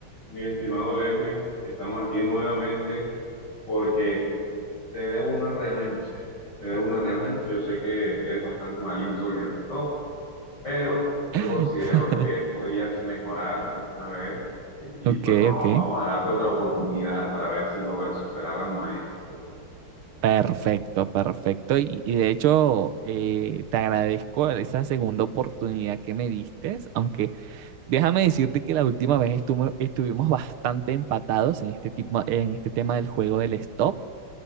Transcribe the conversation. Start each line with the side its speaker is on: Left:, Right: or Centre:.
Left: Mi estimado Lewin, estamos aquí nuevamente porque te debo una revancha. Te debo una revancha. Yo sé que eres bastante malito en el stop, pero
Right: <laughs>
Left: yo considero que podrías mejorar esta vez eh, y
Right: Ok,
Left: pues vamos,
Right: ok.
Left: vamos a darte otra oportunidad para ver si logras superar al maestro.
Right: Perfecto, perfecto. Y, y de hecho, eh, te agradezco esa segunda oportunidad que me diste, aunque déjame decirte que la última vez estumo- estuvimos bastante empatados en este tipo, en este tema del juego del stop.